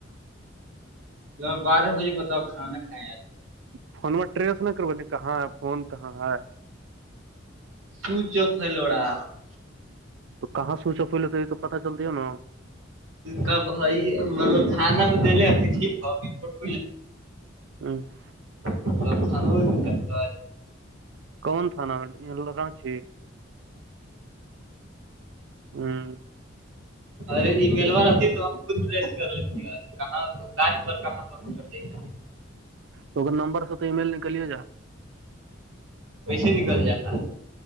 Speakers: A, on the right; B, on the right.
A: ل بارہ بجے بتاؤ کھانا کھیں آ
B: فون میںا ٹریس نہیں کربول ن کہاں ہے فون کہاں ہے
A: سو چو خ لوڑا
B: تو کہاں سوئچ آپ ہو لیتا یہ تو پتا چلتی ہے ہو نا
A: کاب بائی مطلب تھانہ میں دے ہتی ٹھ رٹ
B: <unintelligible>
A: تو خانو ہو گ
B: کون تھاانا رانچی <inaudible>
A: ار ای میلوار آتی ہے تو ہم خود رریس کر لیتی کہاں کہاں پر کر
B: تو نمبر سے تو ای میل نکلے جا
A: پیسے نکل جاتا